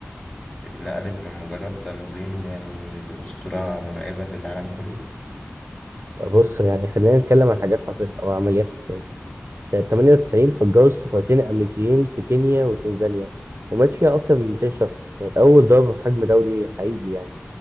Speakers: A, on the left (about 25°); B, on the right (about 75°).
A: اتنقلت من مجرد تنظيم يعني لأسطورة مرعبة للعالم كله؟
B: بص يعني خلينا نتكلم عن حاجات حصلت أو عمليات حصلت سنة 98 فجروا السفارتين الأمريكيين في كينيا وتنزانيا ومات فيها أكتر من 200 شخص كانت أول ضربة بحجم دولي حقيقي يعني